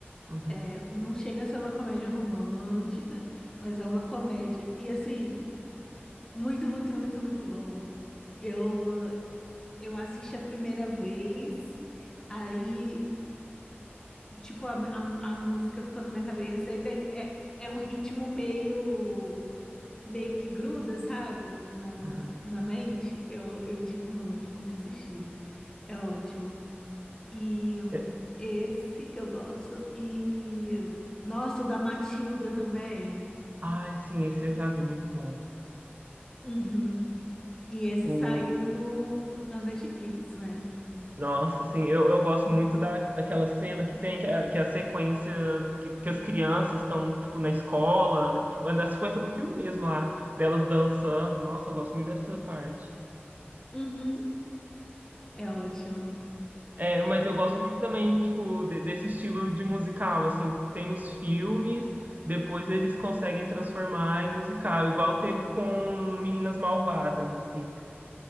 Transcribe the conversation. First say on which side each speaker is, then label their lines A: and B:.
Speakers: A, on the right; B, on the left.
A: Uhum,
B: É, não chega a ser uma comédia romântica, mas é uma comédia. E assim, muito, muito, muito, muito bom. Eu, eu assisti a primeira vez, aí, tipo, a, a, a música ficou na minha cabeça. aí tem, é, é um ritmo meio, meio que gruda, sabe? Na, na,
A: uhum.
B: na mente. Eu, eu indico muito, muito assistir. É ótimo. E
A: É-
B: esse que eu gosto. E nossa, o da Matilda também.
A: Ai, sim, esse eu já vi, muito bom.
B: Uhum. E esse
A: O,
B: saiu no, na Netflix, né?
A: nossa, assim, eu, eu gosto muito da, daquela cena que tem, que é, que é a sequência que, que as crianças estão, tipo, na escola, tipo, é da sequência do filme mesmo lá, delas dançando. Nossa, eu gosto muito dessa parte.
B: Uhum. É ótimo.
A: É, mas eu gosto muito também, tipo, de- desse estilo de musical, assim, tem os filmes, depois eles conseguem transformar em musical, igual teve com Meninas Malvadas, assim